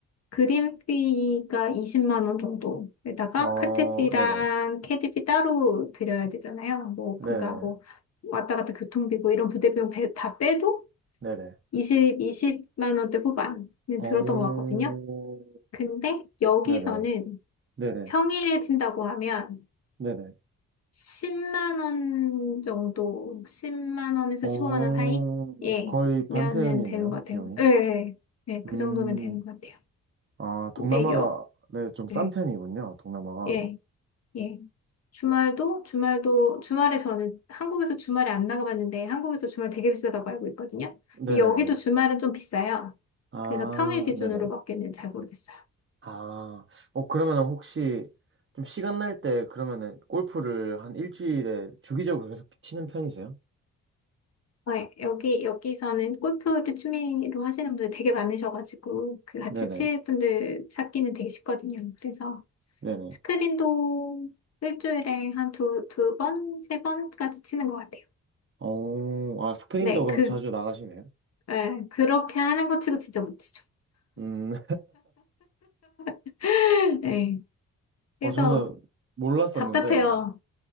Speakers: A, on the left; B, on the right.
A: 그린 피가 20만 원 정도에다가
B: 어,
A: 카트 피랑
B: 네네.
A: 캐디 피 따로 드려야 되잖아요. 뭐
B: 네네.
A: 그러니까 뭐 왔다 갔다 교통비 뭐 이런 부대비용 배- 다 빼도
B: 네네.
A: 20, 20만 원대 후반은
B: 어,
A: 들었던 것 같거든요. 근데 여기서는
B: 네네. 네네.
A: 평일에 친다고 하면
B: 네네.
A: 10만 원 정도, 10만 원에서
B: 어,
A: 15만 원 사이? 예,
B: 거의
A: 면은
B: 반태음이네요,
A: 되는 것 같아요.
B: 비용이.
A: 예, 예, 예, 예,
B: 음,
A: 그 정도면 되는 것 같아요.
B: 아, 동남아가,
A: 근데 여,
B: 네, 좀 싼
A: 예,
B: 편이군요, 동남아가.
A: 예, 예. 주말도, 주말도, 주말에 저는 한국에서 주말에 안 나가봤는데 한국에서 주말 되게 비싸다고 알고 있거든요.
B: 네네.
A: 근데 여기도 주말은 좀 비싸요.
B: 아,
A: 그래서 평일 기준으로
B: 네네.
A: 먹기는 잘 모르겠어요.
B: 아, 어, 그러면은 혹시 좀 시간 날 때 그러면은 골프를 한 일주일에 주기적으로 계속 치는 편이세요?
A: 어, 여기, 여기서는 골프를 취미로 하시는 분들 되게 많으셔가지고, 그 같이
B: 네네.
A: 칠 분들 찾기는 되게 쉽거든요. 그래서
B: 네네.
A: 스크린도 일주일에 한 두, 두 번, 세 번까지 치는 것 같아요.
B: 어, 아, 스크린도
A: 네,
B: 그럼
A: 그,
B: 자주 나가시네요.
A: 예, 그렇게 하는 것 치고 진짜 못 치죠.
B: 음.
A: <laughs> 네, 그래서
B: 어, 저는 몰랐었는데,
A: 답답해요.